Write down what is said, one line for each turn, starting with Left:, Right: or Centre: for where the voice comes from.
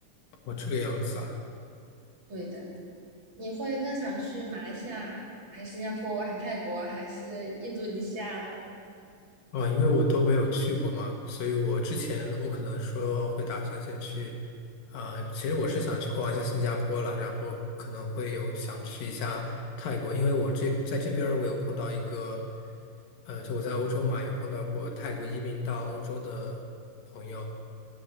Left: 哦这个样子啊。
Right: 对的，你会更想去马来西亚，还是新加坡，还是泰国，还是印度尼西亚呢？
Left: 啊，因为我都没有去过嘛，所以我之前我可能说会打算先去，啊、其实我是想去逛一下新加坡啦，然后可能会有想去一下泰国，因为我这在这边儿我有碰到一个，呃，就我在欧洲嘛，有碰到过泰国移民到欧洲的朋友，